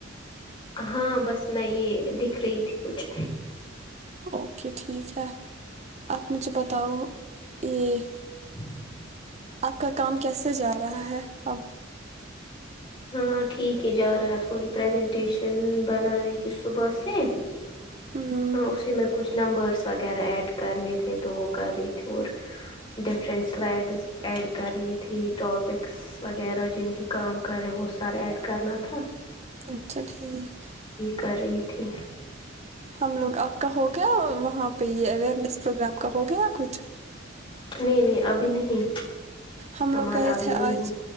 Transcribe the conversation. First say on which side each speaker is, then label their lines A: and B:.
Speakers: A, on the left (about 25°); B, on the right (about 35°).
A: ہاں بس میں یہ لکھ رہی تھی کچھ
B: اوکے ٹھیک ہے آپ مجھے بتاؤ یہ
A: ہ <inaudible>
B: آپ کا کام کیسے جا رہا ہے اب
A: ہاں ٹھیک ہے جا رہا ہے تھوڑی پرریزنٹیشن بنا رہی تھی صبح سے
B: ہمم
A: ہاں اسی میں کچھ نمبرس وغیرہ ایڈ کرنے تھے تو وہ کر رہی تھی اور ڈفرینٹ سلائڈس ایڈ کرنی تھی ٹاپکس وغیرہ جن پہ کام کرے وہ سر ایڈ کرنا تھا
B: اچھا ٹھیک
A: کری تھی
B: ہم لوگ آپ کا ہو گیا وہاں پہ یہ اوئرنیس پروگرام ہو گیا کچھ
A: نہیں نہیں ابھی نہیں
B: ہم
A: ہمارا
B: لوگ گئے
A: ابھی
B: تھے
A: نہیں
B: آج
A: ہو